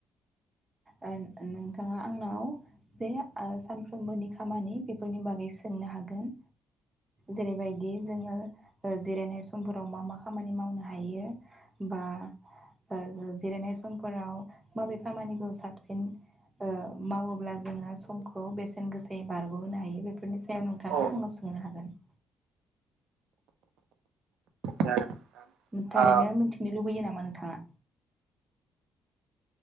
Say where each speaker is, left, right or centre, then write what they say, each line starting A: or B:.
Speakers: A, on the right (about 25°); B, on the right (about 85°).
A: ओ नोंथाङा आंनाव जे ओ सानफ्रोमबोनि खामानि बेफोरनि बागै सोंनो हागोन जेरैबायदि जोङो ओ जिरायनाय समफोराव मा मा खामानि मावनो हायो बा ओ जिरायनाय समफोराव माबे खामानिखौ साबसिन ओ मावोब्ला जोङो समखौ बेसेन गोसायै बारग'होनो हायो बेफोरनि सायाव नोंथाङा
B: औ
A: आंनाव सोंनो हागोन ।
B: जागोन नोंथां
A: थारैनो मोनथिनो लुबैयो नामा नोंथाङा?